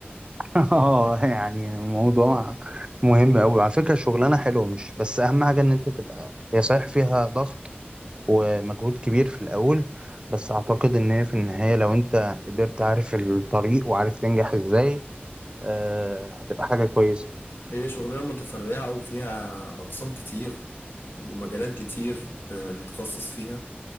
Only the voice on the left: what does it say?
هي شغلانة متفرعة وفيها أقسام كتير ومجالات كتير بنتخصص فيها